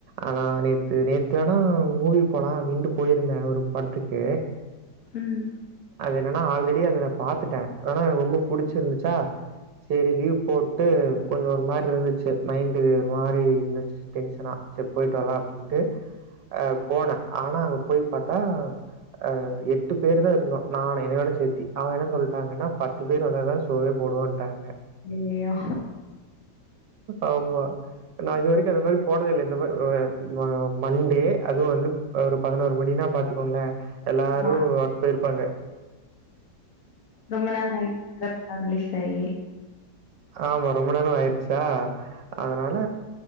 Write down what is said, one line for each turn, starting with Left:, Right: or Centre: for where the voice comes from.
Right: அதா நேத்து நேத்துவேணா மூவி போலா அப்டின்ட்டு போய்ருந்தே ஒரு படத்துக்கு
Left: உம்
Right: அது என்னன்னா ஆல்ரெடி அத பாத்துட்டேன் ஆனா என ரொம்ப புடிச்சுருந்துச்சா சேரி லீவ் போட்டு கொஞ்ச ஒர் மார்ருந்துச்சு மைன்டு ஒரு மாரி இருந் டென்ஷனா ச்சர் போய்ட்டு வரலா அப்டின்ட்டு அஹ் போன ஆனா அங் போய் பாத்தா ஆஹ் எட்டு பேர் தா இருந்தோ நானே எனயொட சேத்தி அவ என்ன சொல்டாங்கன்னா பத்து பேர் வந்த தா ஷோவே போடுவோன்டாங்க
Left: ஐயயோ
Right: ஆமா நா இதுவரி ட இது மாரி போனதே இல்ல இந்த மார் மண்டே அதுவு வந்து ஒரு பதினோர் மணினா பாத்துக்கோங்களே எல்லாரு
Left: ஆமா
Right: ஒர்க் போயிர் ப்பாங்க
Left: ரொம்ப நாள் நை பட ரிலீஸ்சாயி
Right: ஆமா. ரொம்ப நாளும் ஆய்டுச்சா அதனால